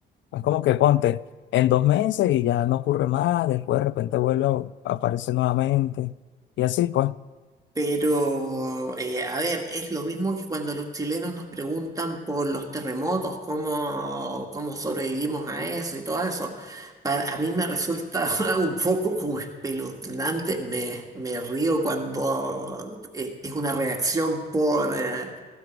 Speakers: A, on the left; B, on the right.
A: Es como que ponte en dos meses y ya no ocurre más, después de repente vuelve a aparecer nuevamente. Y así, pues.
B: Pero, eh, a ver, es lo mismo que cuando los chilenos nos preguntan por los terremotos, cómo, cómo sobrevivimos a eso y todo eso. Para, a mí me resulta <laughs> un poco como espeluznante, me, me río cuando eh, es una reacción por, eh,